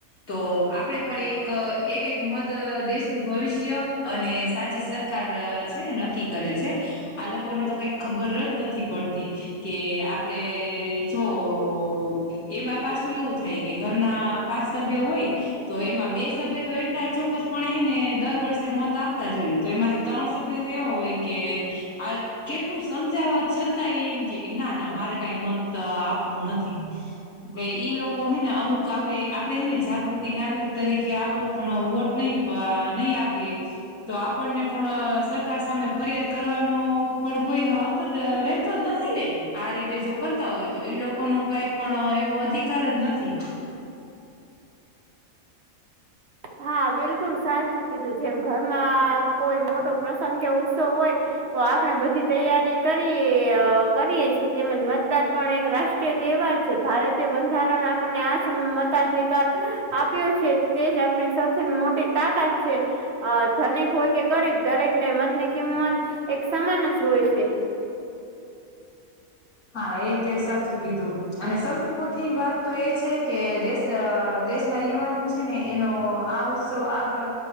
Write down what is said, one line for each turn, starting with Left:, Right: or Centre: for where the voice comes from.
Left: તો આપણેે પણ એક એક એક મત દેશનું ભવિષ્ય અને સાચી સરકાર છે ને નક્કી કરે છે. આ લોકોને તો કઈ ખબર જ નથી પડતી કે આપડે જોવ, એમાં પાછું એવું થાય કે ઘરના પાંચ સભ્યો હોય તો એમાં બે સભ્ય તો એટલા જ ચોક્કસપણે હે ને, દર વર્ષે મત આપતા જ હોઈ, તો એમાંથી ત્રણ સભ્ય તો એવા હોય કે - આ કેટલું સમજાવા છતાં ઈ એમ કે કે ના ના મારે કઈ મત આપવું નથી ઈ લોકો હેને અમુક આપણે આપડે હેને જાગૃતિ નાગરિક તરીકે આપડો પણ વોટ નય પ નય આપીએ તો આપણને પણ અ સરકાર સામે ફરિયાદ કરવાનો પણ કોઈ હક રહેતો જ નથી ને, આ રીતે જો કરતા હોય તો ઈ લોકોનું કઈ પણ એવું અધિકાર જ નથી.
Right: હા બિલકુલ સાચું કીધું જેમ ઘરમાં કોઈ મોટો પ્રસંગ કે ઉત્સવ હોય તો આપણે બધી તૈયારી કરીએ કરીએ છીએ, તેમજ મતદાર પણ એક રાષ્ટ્રીય તહેવાર- કે ભારતીય બંધારણ આપણને આજ મતાધિકાર આપ્યો છે તે જ આપણે સૌથી મોટી તાકાત છે. અ ધનિક હોય કે ગરીબ દરેકને મત ની કિંમત એક સમાન જ હોય છે
Left: હા એ તે સાચું કીધું અને સૌથી મોટી વાત તો એ છે કે દેશ અ દેશના યુવાનો છે ને, એનો આ ઉત્સવ આગળ